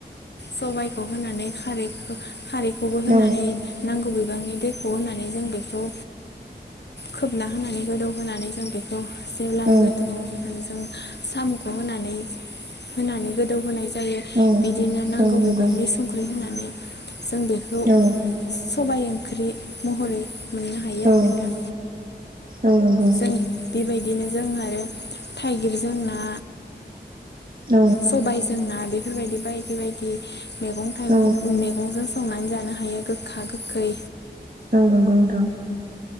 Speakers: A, on the left; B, on the right.
A: सबायखौ होनानै खारैखौबो
B: औ
A: होनानै नांगौ नांगौ बिबांनि दैखौ होनानै जों बेखौ खोबना होनानै गोदौ होनानै जों बेखौ जेब्लानो
B: औ
A: गोदौओ जों साम'खौ होनानै होनानै गोदौ होनाय जायो
B: औ
A: बिदिनो नांगौ
B: औ नंगौ
A: बिबांनि संख्रि होना जों बेखौ
B: औ
A: सबाय ओंख्रि महरै मोननो हायो
B: औ
A: आरो नोंथां
B: औ नंगौ।
A: जों बेबायदिनो जों आरो थाइगिर जों ना
B: औ
A: सबाय जोंना बेफोरबायदि बायदि बायदि मैगं थाइगं
B: औ
A: मैगंजों संनानै जानो हायो गोखा गोखै
B: औ नंगौ नोंथां।